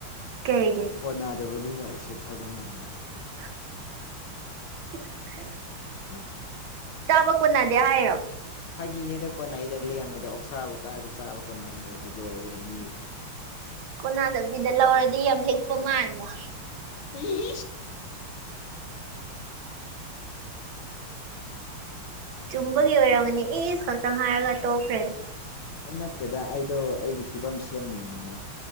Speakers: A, on the right; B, on the left.
A: ꯀꯩꯒꯦ
B: ꯀꯣꯟ ꯅꯥꯗꯕꯅꯤꯅ ꯁꯦꯠꯊꯕ ꯉꯝꯗ꯭ꯔꯦ
A: ꯍꯦ
B: ꯑ
A: ꯆꯥꯕ ꯀꯣꯟꯅꯗꯦ ꯍꯥꯏꯔꯣ
B: ꯐꯥꯒꯤꯅꯦꯗ ꯀꯣꯟꯅ ꯑꯩꯗ ꯂꯩꯔꯝꯃꯦꯗ ꯑꯣꯛꯁꯥꯕ ꯀꯥꯏꯔꯦ ꯆꯥꯕ ꯀꯣꯠꯅꯗ꯭ꯔꯗꯤ ꯂꯣꯏꯔꯦ ꯃꯤ
A: ꯀꯣꯟꯅꯥꯗꯕꯤꯗ ꯂꯧꯔꯗꯤ ꯌꯥꯝ ꯂꯤꯛꯄ ꯃꯥꯟꯕ
B: ꯏ
A: ꯆꯨꯝꯕꯒꯤ ꯑꯣꯏꯔꯝꯒꯅꯤ ꯏꯁ ꯈꯛꯇꯪ ꯍꯥꯏꯔꯒ ꯇꯣꯛꯈ꯭ꯔꯦꯗꯣ
B: ꯅꯠꯇꯦꯗ ꯑꯩꯗꯣ ꯑꯩꯒꯤ ꯐꯤꯕꯝ ꯁꯦꯝꯃꯤꯨꯏꯅꯤꯅꯦ